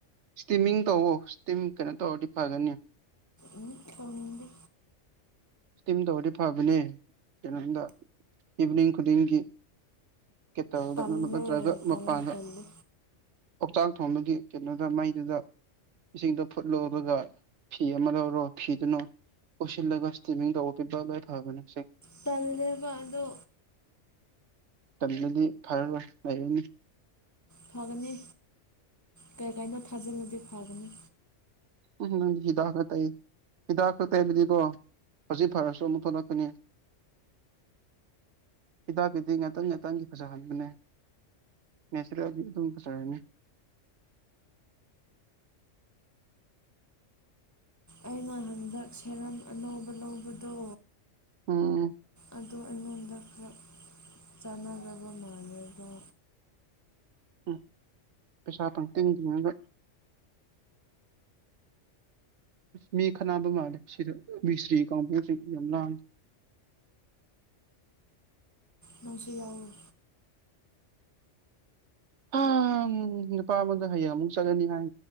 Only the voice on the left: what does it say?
ꯎꯝ ꯇꯧꯅꯤꯡꯗꯦ
ꯇꯜꯂꯦ
ꯇꯜꯂꯦ
ꯇꯜꯂꯦ
ꯇꯜꯂꯦꯕ ꯑꯗꯣ
ꯐꯒꯅꯤ ꯀꯩ ꯀꯩꯅꯣ ꯊꯥꯖꯤꯜꯂꯗꯤ ꯐꯒꯅꯤ
ꯑꯩꯅ ꯍꯟꯗꯛ ꯁꯦꯔꯝ ꯑꯅꯧꯕ ꯂꯧꯕꯗꯣ
ꯑꯗꯣ ꯑꯩꯉꯣꯟꯗ ꯈꯔ ꯆꯥꯟꯅꯗꯕ ꯃꯥꯜꯂꯦꯗꯣ
ꯅꯪꯁꯨ ꯌꯥꯎꯑꯣ